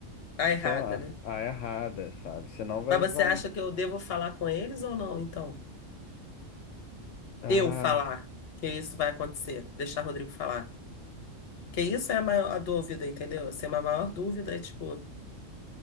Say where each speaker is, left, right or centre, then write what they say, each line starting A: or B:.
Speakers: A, on the left; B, on the left.
A: Tá
B: sei
A: errada,
B: lá,
A: né?
B: a errada, sabe? Senão vai
A: Mas você
B: vai.
A: acha que eu devo falar com eles ou não, então?
B: Ah,
A: Eu falar que isso vai acontecer, deixar o Rodrigo falar. Que isso é a maior a dúvida, entendeu? Assim, a maior dúvida é tipo